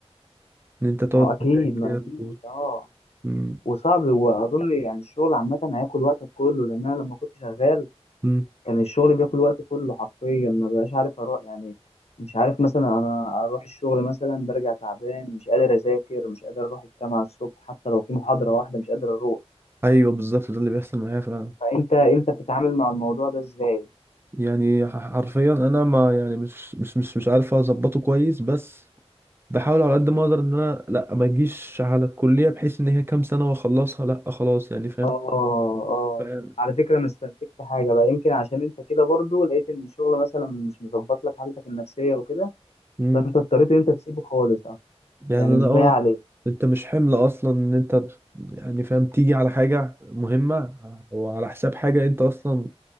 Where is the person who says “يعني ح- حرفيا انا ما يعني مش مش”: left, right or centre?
Right